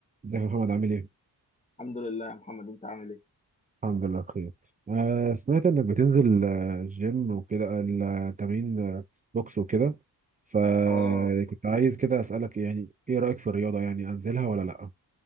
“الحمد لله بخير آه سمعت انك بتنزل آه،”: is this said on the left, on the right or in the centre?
Right